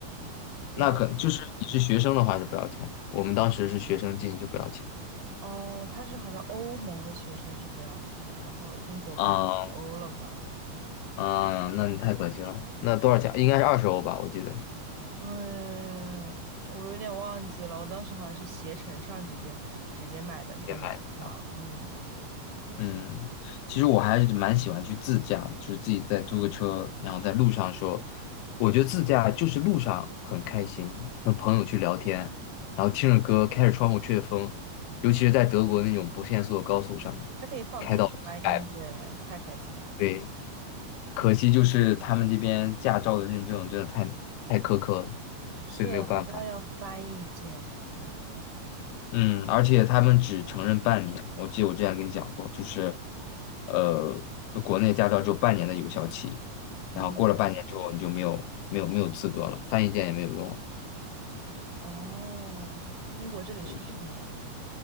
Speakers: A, on the right; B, on the left.
A: 不要的
B: 那可就是你是学生的话是不要钱，我们当时是学生进就不要钱。
A: 哦，他是好像欧盟的学生是不要钱，然后英国不是脱欧了吗？
B: 啊啊，那你太可惜了。那多少钱？应该是二十欧吧，我记得
A: 嗯，我有点忘记了，我当时好像是携程上直接直接买的那个门票，
B: 也买。的。
A: 嗯。
B: 嗯，其实我还是蛮喜欢去自驾的就是自己再租个车，然后在路上说，我觉得自驾就是路上很开心，和朋友去聊天，然后听着歌，开着窗户吹着风，尤其是在德国那种不限速的高速上面，
A: 还可以放自己喜欢的音乐，
B: 开到一百，
A: 太开心了。
B: 对，可惜就是他们这边驾照的认证真的太太苛刻了，
A: 是，
B: 所以没有办法。
A: 好像要翻译键才可以。
B: 嗯，而且他们只承认半年。我记得我之前跟你讲过，就是，呃，国内驾照只有半年的有效期，
A: 嗯，
B: 然后过了半年之后你就没有没有没有资格了，翻译件也没有用了，
A: 哦，英国这里是一年，
B: 对